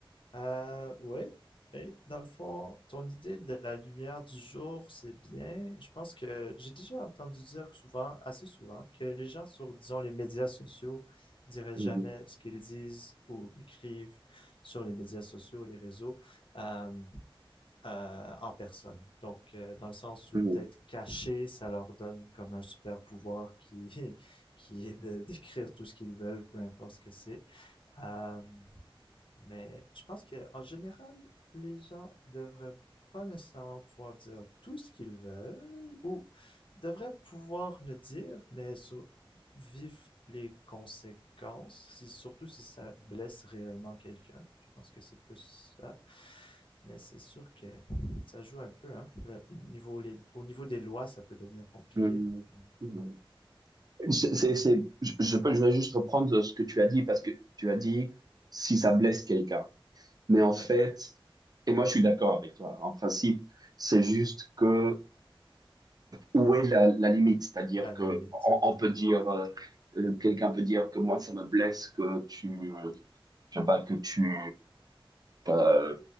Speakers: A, on the left (about 65°); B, on the right (about 45°).
A: Euh, oui, oui. Dans le fond, ton idée de la lumière du jour, c'est bien. Je pense que j'ai déjà entendu dire souvent, assez souvent, que les gens sur, disons, les médias sociaux diraient
B: Mhm,
A: jamais ce qu'ils disent ou écrivent sur les médias sociaux, les réseaux. Euh, euh, en personne. Donc, euh, dans le sens où
B: mhm,
A: d'être caché, ça leur donne comme un super pouvoir qui, <laughs> qui est de décrire tout ce qu'ils veulent, peu importe ce que c'est. Euh, mais je pense que en général, les gens devraient pas nécessairement pouvoir dire tout ce qu'ils veulent ou devraient pouvoir le dire, mais sur, vivre les conséquences, si, surtout si ça blesse réellement quelqu'un. Je pense que c'est plus ça. Mais c'est sûr que ça joue un peu, hein. Le niveau, les- au niveau des lois, ça peut devenir compliqué.
B: mhm,
A: Mais
B: mhm. C'est, c'est, c'est- je, je peux, je vais juste reprendre ce que tu as dit parce que tu as dit si ça blesse quelqu'un. Mais en
A: ouais.
B: fait,
A: Ouais,
B: et moi je suis d'accord avec toi, en principe, c'est juste que où est la, la limite? C'est-à-dire
A: la
B: que
A: limite.
B: on, on peut dire, euh, euh, quelqu'un peut dire que moi, ça me blesse que tu, euh, je sais pas, que tu, euh,